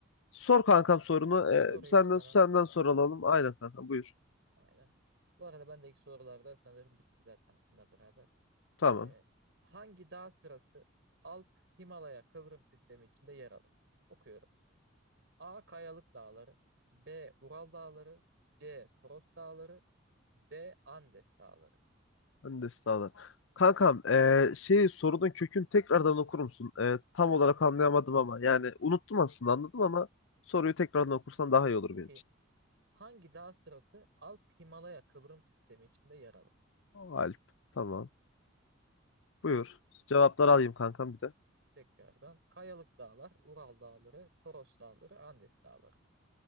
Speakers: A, on the left (about 65°); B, on the right (about 60°).
A: Sor kankam sorunu. Ee,
B: Sorayım
A: senden
B: sana.
A: senden soru alalım. Aynen kankam buyur.
B: Aynen. Bu arada ben de ilk sorularda sanırım bitti zaten bununla beraber.
A: Tamam.
B: Ee, hangi dağ sırası Alp Himalaya kıvrım sistemi içinde yer alır? Okuyorum. A. Kayalık Dağları B. Ural Dağları C. Toros Dağları D. Andes Dağları.
A: Ben de sağlar. Kankam ee, şey sorunun kökünü tekrardan okur musun? Ee, tam
B: Tabii
A: olarak
B: ki.
A: anlayamadım ama yani unuttum aslında anladım ama soruyu tekrardan okursan daha iyi olur
B: Okuyayım.
A: benim için.
B: Hangi dağ sırası Alp Himalaya kıvrım sistemi içinde yer alır?
A: Alp. Tamam. Buyur. Cevapları alayım kankam bir de.
B: Tekrardan. Kayalık Dağlar, Ural Dağları, Toros Dağları, Andes Dağları.